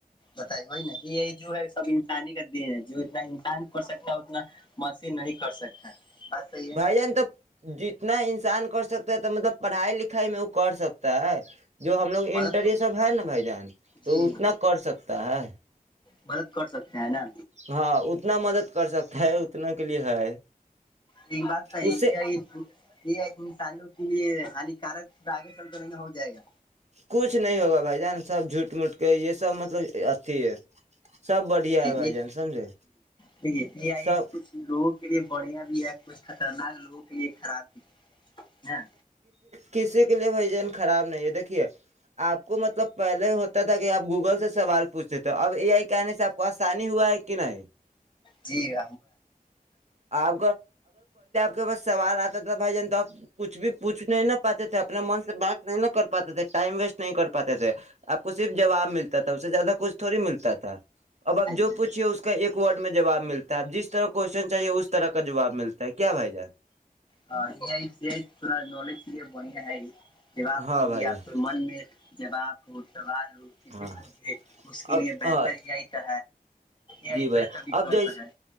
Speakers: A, on the left; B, on the right.
A: بت ن یہ جو ہے سب انسانی کا دن ہے جو اتنا انسان کر سکتا ہے اتنا مسیح نہیں کر سکتا بات صحیح ہے
B: بھائی جان تو جی اتنا انسان کر سکتا ہے تو مطلب پڑھائی لکھائی میں وہ کر سکتا ہے جو ہم لوگ
A: مدد
B: انٹر سب ہے نا بھائی جان تو
A: جی
B: اتنا کر سکتا ہے
A: مدد کر سکتے ہیں نا
B: ہاں اتنا مدد کر سکتا ہے اتنے کے لیے ہے
A: یہ بات تو
B: اس
A: یہ
B: سے
A: یہ سالو اس لیے ہانیکارک آگے چل تو رہ نا ہو جائے گا
B: کچھ نہیں ہوگا بھائی جان سب جھوٹ مٹ کے یہ سب مطلب اچھی ہے سب بڑھیا ہے بھائی
A: نی
B: جان سمجھے
A: جییک اتنی آئی
B: سب
A: کچھ لوگوں کے لیے بڑھیا بھی ہے کچھ خطرناک لوگوں کے لیے خراب بھی ہے نا
B: کسی کے لیئے بھائیجان کو خراب نہیں ہے دیکھیے آپ کو مطلب پہلے ہوتا تھا کہ آپ گوگل سے سوال پوچھتے تھے اب اے آئی کہنے سے آپ کو آسانی ہوا ہے کہ نہیں
A: جی <unintelligible>
B: آپ کا بس سوال آتا تھا بھائی جان تو آپ کچھ بھی پوچھ نہیں نہ پاتے تھے اپنے من سے بات نہیں ن کر پاتے تھے ٹائم ویسٹ نہیں کر پاتے تھے آپ کو صرف جواب ملتا تھا اس سے زیادہ کچھ تھوڑی ملتا تھا اب اب جو
A: نہیں
B: پوچھیے اس کو کا ایک ورڈ میں جواب ملتا ہے اپ جس طرح کا کوشچن چاہیے اس طرح کا جواب ملتا ہے کیا بھائی جان
A: ہاں نہیں <inaudible> تھا نالج کےے بڑھیا ہے یہ جواب
B: ہاں
A: کے
B: بھائی
A: لیے
B: جان
A: آپ کے من میں جواب ہو سوال ہو کسی
B: ہاں
A: پوھے اس کے
B: اب
A: لیے بہتر
B: ہاں
A: یہ ہے
B: جی بھائی
A: بہتر بھی
B: اب
A: کرتا
B: جیس
A: ہے